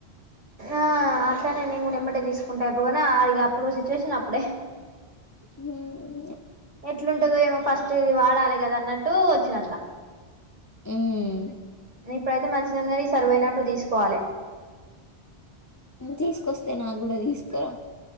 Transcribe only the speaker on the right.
ఆ అట్లనె నేన్ గుడా ఎమట తీసుకుంటె అయిపోవ్ ఆ అదిగ అప్పుడు ఒక సిచువేషన్ అప్పుడే
ఎట్లుంటదొ ఏమో ఫస్ట్ ఇది వాడాలి గదా అన్నట్టు వచ్చినట్ల
ఇప్పుడైతే మంచినె ఉంది గన్ ఈ సరువోయినప్పుడు తీసుక్ పోలె